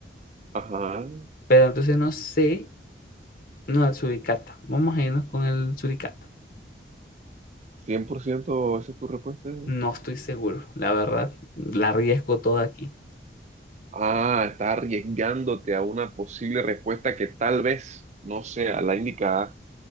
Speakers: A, on the right; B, on the left.
A: Ajá,
B: Pero entonces no sé No, el suricata. Vamos a irnos con el suricata.
A: Cien por ciento, esa es tu respuesta.
B: No estoy seguro, la verdad. La arriesgo toda aquí.
A: Ah, estás arriesgándote a una posible respuesta que tal vez no sea la indicada.